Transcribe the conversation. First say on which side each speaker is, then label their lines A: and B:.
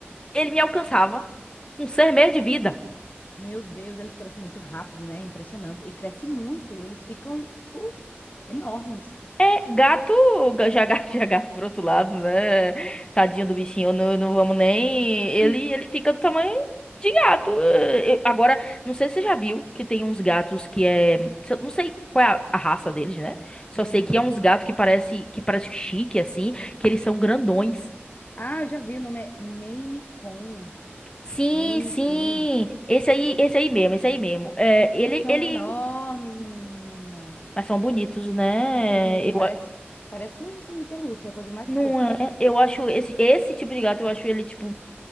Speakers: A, on the left (about 20°); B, on the left (about 40°).
A: ele me alcançava. Com seis meses de vida.
B: Meu Deus, eles crescem muito rápido, né? Impressionante. E cresce muito, eles ficam, tipo, enormes.
A: É, gato, já, ga- <laughs> já gato por outro lado, né? Tadinho do bichinho, não, não vamos nem. Ele,
B: Hum.
A: ele fica do tamanho de gato. Eh, eu- agora, não sei se você já viu que tem uns gatos que é. se eu- Não sei qual é a, a raça deles, né? Só
B: Hum.
A: sei que é uns gatos que parece, que parece chique, assim, que eles são grandões.
B: Ah, eu já vi, o nome é Maine Coon.
A: Sim,
B: Maine
A: sim.
B: Coon.
A: Esse aí, esse aí mesmo, esse aí mesmo. É,
B: Eles
A: ele,
B: são
A: ele.
B: enormes, menina.
A: Mas são bonitos, né?
B: É muito,
A: Eu,
B: parece,
A: a-
B: parece um ursinho de pelúcia, é a coisa mais
A: não
B: fofa.
A: é? Eu acho esse, esse tipo de gato, eu acho ele, tipo.